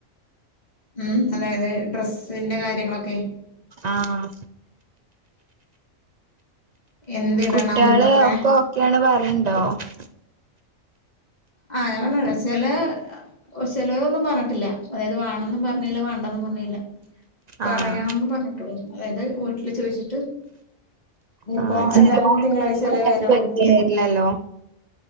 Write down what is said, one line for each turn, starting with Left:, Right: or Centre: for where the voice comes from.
Left: ഉം അതായത് ഡ്രസ് ന്റെ കാര്യങ്ങളൊക്കെ.
Right: ആഹ്
Left: എന്തിടണംന്നൊക്കെ
Right: കുട്ട്യാള് <unintelligible>
Left: ആഹ് പറഞ്ഞരാ ചെലെ ഒ ചേലോരൊന്നും പറഞ്ഞിട്ടില്ല ഏത് വാണം പറഞ്ഞില്ല വാണ്ടാന്നും പറഞ്ഞില്ല. പറയാം
Right: ആഹ്
Left: ന്ന് പറഞ്ഞിട്ടൊള്ളൂ. അതായത് വീട്ടില് ചോദിച്ചിട്ട്. ഇനിപ്പോ
Right: ആഹ് ചെലപ്പോ
Left: എതായാലും
Right: എല്ലാ
Left: തിങ്കളാഴ്ച അല്ലേ
Right: കുട്ട്യാക്കും
Left: വരുള്ളൂ.
Right: പറ്റില്ലല്ലോ